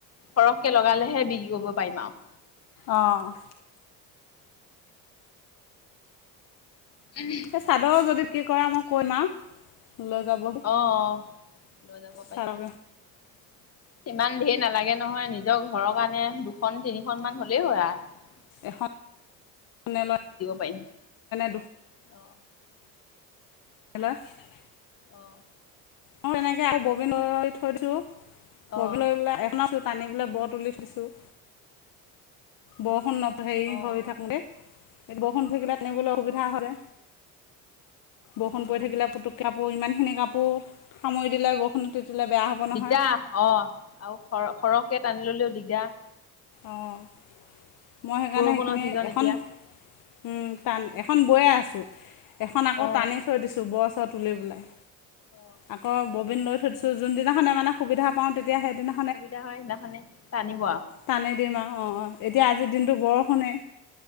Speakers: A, on the left; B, on the left.
A: সৰহকে লগালেহে বিক্ৰী কৰিব পাৰিম আৰু।
B: অ'।
A: <inaudible>
B: এই চাদৰ যদি কি কৰা মই <unintelligible> লৈ যাব।
A: অ', অ', লৈ যাব
B: চাদৰকেইখন
A: পাৰিব। ইমান ধেৰ নালাগে নহয়। নিজৰ ঘৰৰ কাৰণে দুখন, তিনিখন মান হ'লেই হয়, আ
B: এখন <unintelligible> লৈ
A: পাৰিম
B: দুখন
A: অ
B: <inaudible>
A: অ'।
B: মই এনেকে আৰু ববিন লৈ থৈ দিছোঁ
A: অ
B: ববিন
A: অ
B: লৈ <inaudible> এখন টানি পেলাই ব তুলি থৈছোঁ। বৰষুণ হেৰি
A: অ
B: হৈ থাকোতেই বৰষুণ দি থাকিলে তেনেকলৈ অসুবিধা
A: অ অ
B: হয় যে, বৰষুণ পৰি
A: উম
B: থাকিলে পুতুককে কাপোৰ ইমানখিনি কাপোৰ সামৰি দিলে বৰষুণত তিতিলে বেয়া হ'ব
A: দিগদাৰ
B: নহয়।
A: অ', আৰু সৰ-সৰহকে টানি ল'লেও দিগদাৰ।
B: অ', মই সেইকাৰণে
A: বৰষুণৰ
B: সেইখিনি
A: ছিজন
B: এখন
A: এতিয়া
B: উম, টান এখন বৈয়ে আছোঁ এখন আকৌ
A: অ
B: টানি থৈ দিছোঁ ব' চ' তুলি পেলাই
A: অ
B: আকৌ ববিন লৈ থৈ দিছোঁ। যোনদিনাখনে মানে সুবিধা পাওঁ তেতিয়া সেইদিনা
A: সুবিধা হয়, সেইদিনাখানে টানিব আৰু
B: টানি দিম আৰু অ', অ', এতিয়া আজিৰ
A: অ
B: দিনটো বৰষুণে।